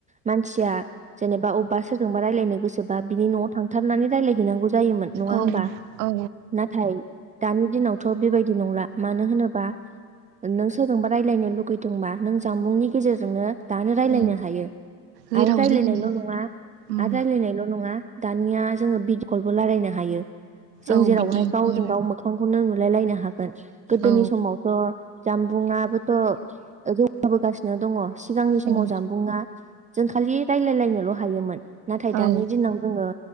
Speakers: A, on the right; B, on the right.
A: मानसिया जेनेबा अबा सोर -जोंबा रायलायनो गोसोबा बिनि न'वाव थांथारनानै रायलायहैनांगौ जायोमोन नङा
B: औ
A: हमबा
B: औ
A: नाथाय दानि दिनाव थ' बेबायदि नंला मानो होनोबा नों सोरजोंबा रायलायनो लुगै -दोंबा नों जामबुंनि गेजेरजोंनो दानो रायज्लायनो
B: औ
A: हायो
B: जेराव
A: आरो रायज्लायनायल'
B: जोंनि
A: नङा
B: उम
A: आरो राय्लायनायल' नङा दानिया जोंङो बिदिखलबो रायलायनो हायो जों
B: औ
A: जेरावहाय
B: भिडिअफोर
A: गावजों गाव मोखांखौनो नु -लाय लायनो हागोन गोदोनि
B: औ
A: समावथ' जामबुंआबोथ' <unintelligible> गासिनो दङ सिगांनि
B: औ
A: समाव जानबुंङा जों खालि रायलायलायनोल' हायोमोन। नाथाय
B: औ
A: दानि दिनाव जोंङो